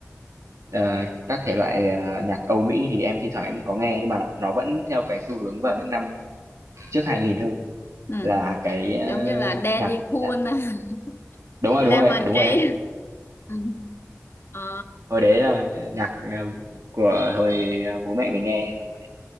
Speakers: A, on the right; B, on the left.
A: ờ, các thể loại ờ, nhạc Âu Mỹ thì em thi thoảng em có nghe nhưng mà nó vẫn theo cái xu hướng vào những năm trước 2000 hơn
B: ừ.
A: là cái ờ,
B: giống như là Daddy
A: nhạc hiện
B: Cool
A: đại.
B: <laughs>
A: Đúng rồi,
B: Lemon
A: đúng rồi ạ, đúng
B: Tree
A: rồi ạ.
B: <laughs> Ờ,
A: Hồi đấy là nhạc ờ, của hồi ờ, bố mẹ mình nghe xong rồi